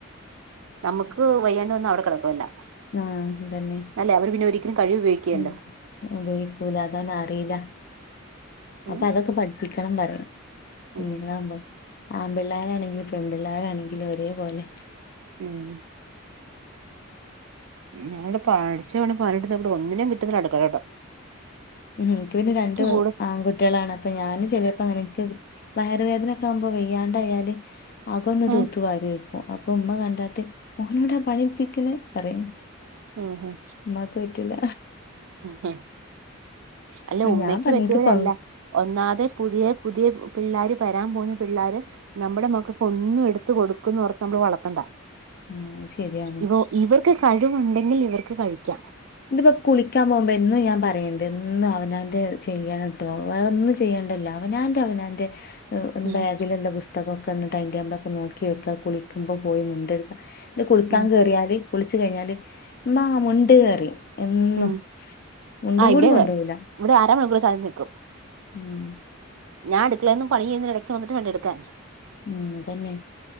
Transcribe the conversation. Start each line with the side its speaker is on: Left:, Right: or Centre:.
Right: നമുക്ക് വയ്യാണ്ട് വന്ന അവ്ടെ കെടക്കുവെല്ലാം
Left: ആഹ് അതന്നെ
Right: അല്ലേ അവര് പിന്നെ ഒരിക്കലും കഴുകി ഉപയോഗിക്ക്യല്ല
Left: ഉം ഉപയോഗിക്കൂല അതാന്നറീല്ല
Right: ഉം
Left: അപ്പൊ അതൊക്കെ പഠിപ്പിക്കണം പറയ കുഞ്ഞ്ങ്ങളാകുമ്പം
Right: ഉം
Left: ആമ്പിള്ളേരാണെങ്കിലും പെൺപിള്ളേരാണെങ്കിലും ഒരേപോലെ
Right: ഉം ഞാനിവിടെ പാഠ്ച്ച പണി പതിനെട്ടു നോക്കീട്ട് ഒന്നിനെം കിട്ട്ന്നില്ല അടുക്കളലോട്ട്
Left: ഉം ഇൻക്ക് പിന്നെ രണ്ട്
Right: കൂടെ
Left: ആങ്കുട്ട്യാളാണ് അപ്പ ഞാനും ചെലേപ്പോ അങ്ങനെ ഇൻക്ക് വയറ് വേദനക്കെ ആവുമ്പോ വെയ്യാണ്ടായാല് അകൊന്ന്
Right: ഏഹ്
Left: തോത്തും വാരി വെക്കും അപ്പൊ ഉമ്മ കണ്ടാട്ട് മോനോടാ പണി ഇട്പ്പിക്ക്ണ് അറിം
Right: ഉം ഉം
Left: ഉമ്മാക്ക് പറ്റില്ല
Right: ഉം അല്ല ഉമ്മക്ക്
Left: ഞാൻ പറഞ്ഞ്
Right: പറ്റൂലല്ല
Left: എനിക്ക് പ
Right: ഒന്നാത് പുതിയ പുതിയ പിള്ളാര് വരാൻ പോകുന്ന പിള്ളാര് നമ്മടെ മക്കക്കഒന്നും എട്ത്ത് കൊടുക്കുന്ന് ഓർത്ത് നമ്മള് വളർത്തണ്ട
Left: ഉം ശരിയാണ്
Right: ഇവ ഇവർക്ക് കഴിവുണ്ടെങ്കിൽ ഇവർക്ക് കഴിക്കാം
Left: ഇത്പ്പോ കുളിക്കാൻ പോവുമ്പോ എന്നും ഞാൻ പറയണ്ട് എന്നും അവനാന്റെ ചെയ്യണം വേറൊന്നും ചെയ്യേണ്ടല്ലോ അവനാന്റെ അവനാന്റെ
Right: ഉം
Left: ബാഗില്ള്ള പുസ് തകക്കെന്ന്‌ ടൈം ടേബ്ളൊക്കെ നോക്കി വെക്കാ കുളിക്കുമ്പോൾ പോയി മുണ്ടെട്ക്ക ഇത് കുളിക്കാൻ
Right: ഉം
Left: കേറിയാല് കുളിച്ച് കഴിഞ്ഞാല് ഇമ്മാ മുണ്ട് അറിം എന്നും
Right: ഉം
Left: മുണ്ടും
Right: ആഹ്
Left: കൂടി
Right: ഇവിടെ
Left: കൊണ്ടാേവൂല്ല
Right: അതെ ഇവിടെ അര മണിക്കൂറ് ചതംന്ന്ക്കും
Left: ഉം
Right: ഞാൻ അടുക്കളേന്ന് പണിചെയ്യ്ന്നീന്റെ എടയ്ക്ക് വന്ന്ട്ട് വേണ്ടെ എട്ക്കാൻ
Left: ഉം ഇതന്നെ